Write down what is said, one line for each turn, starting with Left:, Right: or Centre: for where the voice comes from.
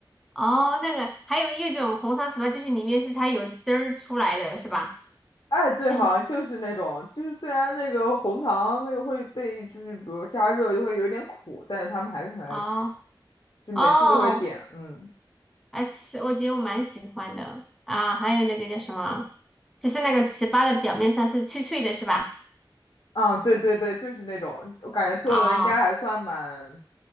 Centre: 哦，那个还有一种红糖糍粑，就是里面是它有汁儿出来的，是吧？
Left: 哎，对，
Centre: 就是
Left: 好像就是那种，就是虽然那个红糖那个会被，就是比如加热就会有点苦，但是他们还是很爱吃，
Centre: 哦
Left: 就每次都会点。
Centre: 哦，
Left: 嗯，
Centre: 啊，其我觉得我蛮喜欢的啊。还有那个叫什么，就是那个糍粑的表面上是脆脆的，是吧？
Left: 嗯，对对对，就是那种，我感觉做的应该还算蛮
Centre: 哦，